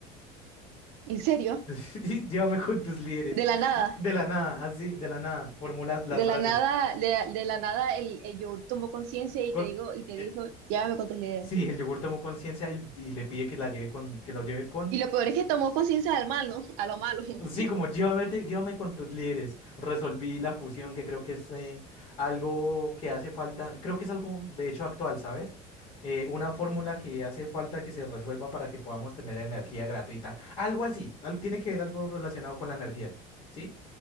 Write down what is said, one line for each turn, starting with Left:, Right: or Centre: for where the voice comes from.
Right: ¿En serio?
Left: <laughs> Sí, llévame con tus líderes.
Right: De la nada,
Left: De la nada, así, de la nada, formulas las
Right: de
Left: frases.
Right: la nada, de, de la nada el, el yo tomó conciencia y
Left: Con-
Right: te digo, y te
Left: eh,
Right: dijo, llévame con tus líderes.
Left: sí, el yogur tomó conciencia y, y le pide que la lleve con, que lo lleve con
Right: Y lo peor es que tomó conciencia del mal, ¿no? A lo malo. <laughs>
Left: Sí, como llévame, te- llévame con tus líderes. Resolví la fusión, que creo que es eh, algo que hace falta. Creo que es algo, de hecho, actual, ¿sabes? Eh, una fórmula que hace falta que se resuelva para que podamos tener energía gratuita. Algo así. al- tiene que ver algo relacionado con la energía, ¿sí?